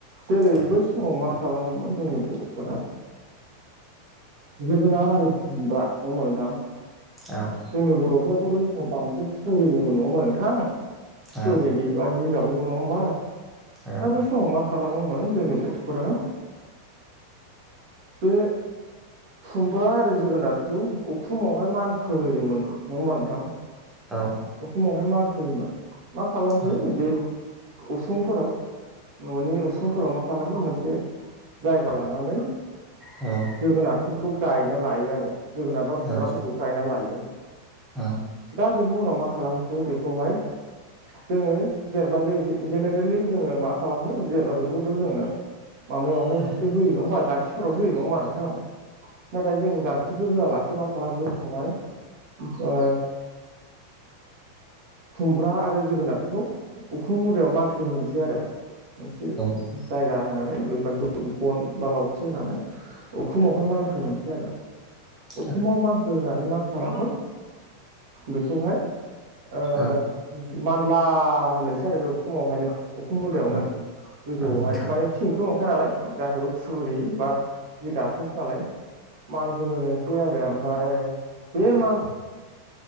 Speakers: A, on the right (about 50°); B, in the centre.
A: जेरैबो
B: औ
A: फुंआव मा खालामोमोन जोंनि बर'फोरा जोगोनार आरो खुमब्रा नङा होमबा नोंथां
B: औ
A: जोंनि बर'फ्राथ' बैसिना बांसिन थुरिनिमोन नङा होमबा नोंथां थुरिनि
B: औ
A: बा जिगाबनिबो नङा होमबा
B: औ
A: दा सम मा खालामोमोन जोंनि बरथ'फोरा बे खुमब्रा आरो जोगोनारखौ उखुमावहाय मानखो होोयोमोन नङा होमबा नोंथां
B: औ
A: उखुमावहाय मान फैयोमोन मा खालामसै
B: औ
A: बे उसुंफोराव न'नि उसुंफोराव मा खालामो मोनसे जायगा लानानै
B: औ
A: जोगोनारफोरखौ गायना लायो आरो जोगोनार
B: नोंथां
A: बा खुमब्राफोरखौ गायना लायो
B: औ औ
A: दा बिनि उनाव मा खालामसो बेखौहाय जोङो जेनेबा जों जेनेरेलि जोङो मा खालामो जेनेबा बेखौथ' जोङो माबायावहायस
B: औ
A: होयोङा होनबा जखिफोरावो होयो नङा होनबा नोंथां नाथाय जों दांखलिफोर होआलासे मा खालाम बे समावहाय ओ खुमब्रा आरो जोगोनारखौ उखुम मुदायाव मानखौ होनोसै आरो मोनसे
B: औ नोंथां
A: जायगा होनानैबा गन बा लावथि होनानै उखुमाव मानखो होनसै आरो
B: औ
A: असाव मान होनानै मा खालामो बेखौहाय ओ
B: औ
A: मानला होनोसै आरो बे उखुमावहायनो उखुम हुदायावनो
B: औ नोंथां औ
A: गोजौआवहाय
B: औ नोंथां
A: माने थिंथ' नंखानालाय गासैबो थुरि बा जिगाबखासो नालाय मानखौ होनोसै आरो ओमफ्राय बे मान